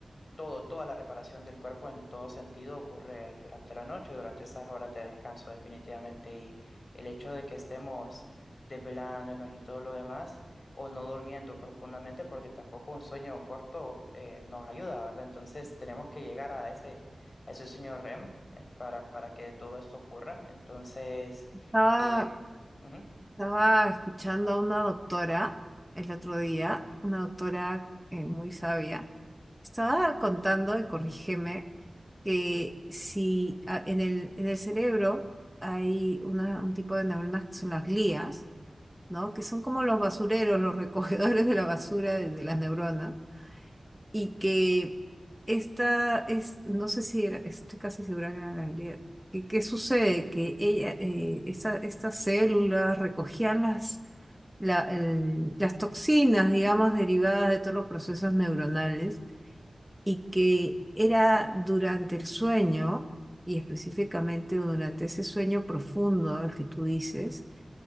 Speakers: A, on the left; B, in the centre.
A: todo, toda la reparación del cuerpo en todo sentido ocurre durante la noche, durante esas horas de descanso definitivamente. Y el hecho de que estemos desvelándonos y todo lo demás, o no durmiendo profundamente, porque tampoco un sueño corto eh, nos ayuda, ¿verdad? Entonces tenemos que llegar a ese, a ese sueño REM eh, para, para que todo esto ocurra. Entonces,
B: Estaba,
A: eh, ujú.
B: estaba escuchando a una doctora el otro día, una doctora eh, muy sabia. Estaba contando, y corrígeme, que si a- en el, en el cerebro hay una- un tipo de neuronas que son las glías, ¿no? Que son como los basureros, los recogedores de la basura de, de las neuronas y que esta es, no sé si era, estoy casi segura que era Gabriela. ¿Qué, qué sucede? Que ella, eh, esa- estas células recogían las, la- el- las toxinas, digamos, derivadas de todos los procesos neuronales y que era durante el sueño, y específicamente durante ese sueño profundo al que tú dices,